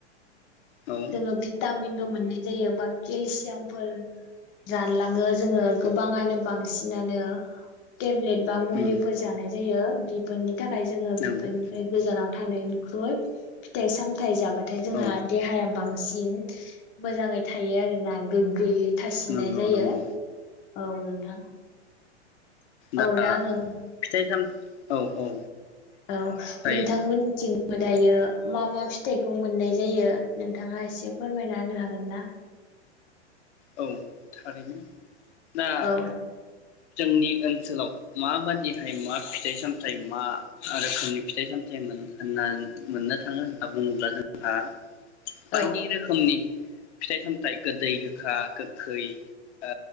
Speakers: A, on the left; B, on the left.
A: औ औ
B: जोङो भिटामिनबो मोन जायो बाखि सेमफोलफोल जानलाङो जोङो गोबाङानो बांसिनानो टेब्लेट बा मुलिफोर
A: उम
B: जानाय जायो। बेफोरनि थाखाय जोङो
A: नंगौ
B: बि बेनिफ्राय गोजानाव थानायनि ख्रुइ फिथाइ सामताइ जाबाय नाथाय जोंहा
A: औ
B: देहाया बांसिन मोजाङै थायो आरोना गोग्गोयै थासिननाय
A: नंगौ
B: जायो।
A: नंगौ
B: औ नोंथां
A: दा
B: औ आङो
A: फिथाइ साम औ औ
B: औ
A: जायो
B: नोंथांमोननिथिं बो दायो मा मा फिथाइखौ मोननाय जायो नोंथाङा एसे फोरमायना होनो हागोन ना?
A: औ थारैनो। दा
B: औ
A: जोंनि ओनसोलाव माबादिहाय मा फिथाइ सामथायाइ मा रोखोमनि फिथाइ सामथाइमोन होनना मोननो थाङो होनना बुङोब्ला जोंहा बायदि
B: औ
A: रोखोमनि फिथाइ सामथाइ गोदै गो खा गोखै आ